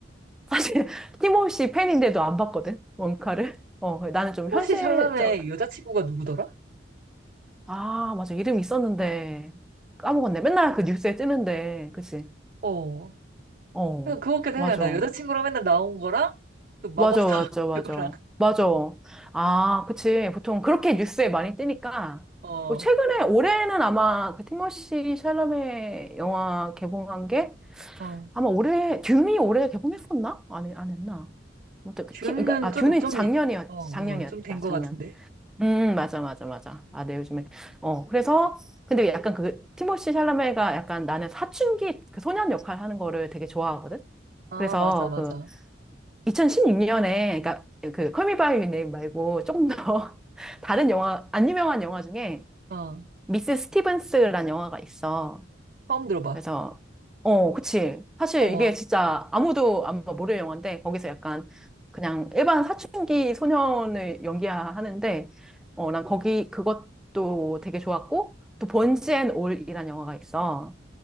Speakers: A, in the centre; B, on the right (about 50°).
A: 사실 <laughs> 팀없이 팬인데도 안 봤거든 원카를 어 나는 좀
B: 티모시
A: 현실적
B: 샬라메 여자친구가 누구더라?
A: 아 맞아 이름 있었는데 까먹었네 맨날 그 뉴스에 뜨는데 그치
B: 어,
A: 어
B: 그냥 그거밖에 생각나.
A: 맞아
B: 여자친구랑 맨날 나온 거랑, 그 마법사
A: 맞아 맞아
B: <laughs>
A: 맞아
B: 그거랑,
A: 맞아 아 그치 보통 그렇게 뉴스에 많이 뜨니까
B: 어,
A: 뭐 최근에 올해는 아마 그 티모시 샬라메 영화 개봉한 게
B: 어.
A: 아마 올해 듄이 올해 개봉했었나 안, 안 했나 아무튼 그
B: 듄은
A: 팀, 그러니까 아
B: 좀,
A: 듄이
B: 좀,
A: 작년이었
B: 어, 어,
A: 작년이었다
B: 좀 된
A: 작년
B: 거 같은데.
A: 음, 맞아, 맞아, 맞아. 아, 네, 요즘에. 어, 그래서, 근데 약간 그, 티모시 샬라메가 약간 나는 사춘기 그 소년 역할 하는 거를 되게 좋아하거든?
B: 아,
A: 그래서
B: 맞아, 맞아.
A: 그, 2016년에, 그니까 그, 컬미 바이 유 네임 말고 조금 더 <laughs> 다른 영화, 안 유명한 영화 중에
B: 어,
A: 미스 스티븐스란 영화가 있어.
B: 처음 들어봐.
A: 그래서, 어, 그치. 사실
B: 어머,
A: 이게 진짜 아무도 아마 모를 영화인데, 거기서 약간 그냥 일반 사춘기 소년을 연기하는데, 어, 난 거기 그것도 되게 좋았고, 또 번지 앤 올이란 영화가 있어.